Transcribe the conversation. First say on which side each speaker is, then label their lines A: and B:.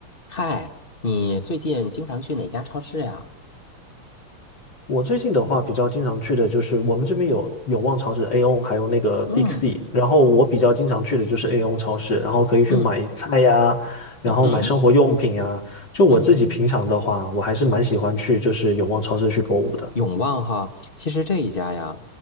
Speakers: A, on the left; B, on the left.
A: 嗨，你最近经常去哪家超市呀？
B: 我最近的话比较经常去的就是我们这边有永旺超市 A O，n 还有那个
A: 嗯
B: Big C，然后我比较经常去的就是 A O n 超市，然后可以去买菜呀，
A: 嗯
B: 然后买生活用品呀。
A: 嗯哼
B: 就我自己平常的话，
A: 嗯，
B: 我还是蛮喜欢去就是永旺超市去购物的。
A: 永旺哈，其实这一家呀，